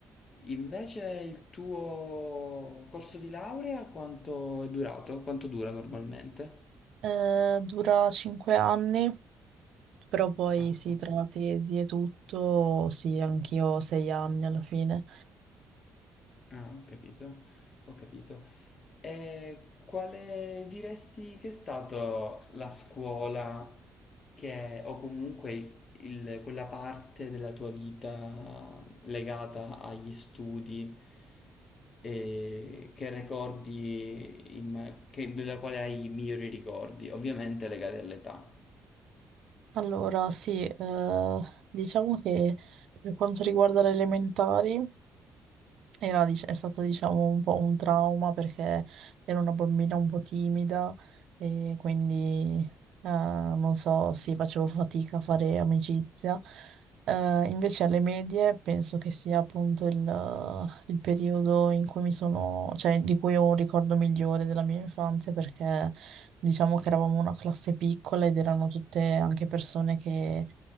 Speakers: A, on the left (about 45°); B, on the right (about 75°).
A: Invece il tuo corso di laurea quanto è durato? Quanto dura normalmente?
B: Eh, dura cinque anni, però poi
A: Ah,
B: sì,
A: ok.
B: tra la tesi e tutto, sì, anch'io ho sei anni alla fine.
A: Ah, ho capito, ho capito. E quale diresti che è stata la scuola che, o comunque il- quella parte della tua vita legata agli studi e che ricordi, in ma- che- della quale hai i migliori ricordi, ovviamente legati all'età.
B: Allora, sì, eh, diciamo che per quanto riguarda le elementari. Era, dic- è stato diciamo un po' un trauma perché ero una bambina un po' timida e quindi eh, non so, sì, facevo fatica a fare amicizia. Eh, invece alle medie penso che sia appunto il, il periodo in cui mi sono, cioè di cui ho un ricordo migliore della mia infanzia perché diciamo che eravamo una classe piccola ed erano tutte anche persone che